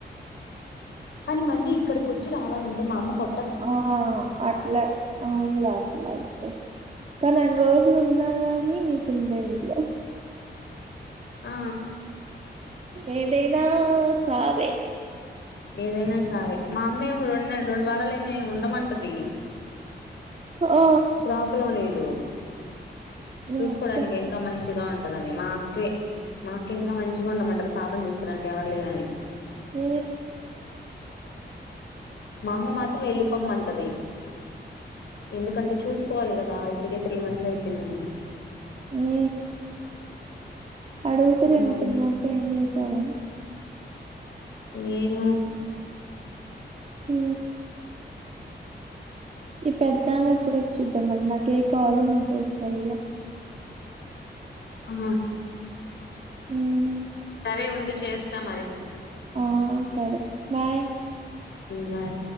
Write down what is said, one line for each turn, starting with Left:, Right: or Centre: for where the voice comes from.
Left: కానీ మళ్ళీ ఇక్కడికి వచ్చి రావాలంటే మా అమ్మ కొ
Right: ఆ అట్లా అవును లాస్లాతే కానీ అన్ని రోజులు ఉన్నా గాని నీకుంది ఇంట్లో
Left: ఆ
Right: ఏదైనా సావే
Left: ఏదైనా సావే మా అమ్మా ఏమో రెండు రెండు వారాలుయినా ఉండమంటది
Right: ఓ
Left: ప్రాబ్లంలేదు
Right: మీ
Left: చూసుకోడానికి
Right: అక్క
Left: ఇంకా మంచిగా ఉంటదని మా కే మా అక్క ఇంకా మంచిగా ఉండమంటది పాపని చూసుకోవడానికి ఎవరు లేరని
Right: ఉ
Left: మా అమ్మ మాత్రం వెళ్ళిపోమంటది ఎందుకంటే చూసుకోవాలి కదా ఇప్పటికే త్రీ మంత్స్ అయిపోయిందని
Right: ఉ అడగుతరెమో
Left: అందుకే
Right: త్రీ మంత్స్ ఏం చేసావు అని
Left: ఏమో
Right: ఉ ఈ పెద్దామె ఎప్పుడు వచ్చిద్దో మరి నాకు ఏ కాల్ మెసేజ్ చెయ్యలే
Left: ఆహ
Right: ఉమ్
Left: సరే ఉండు చేస్తా మరి
Right: ఆ సరే బాయ్.
Left: బాయ్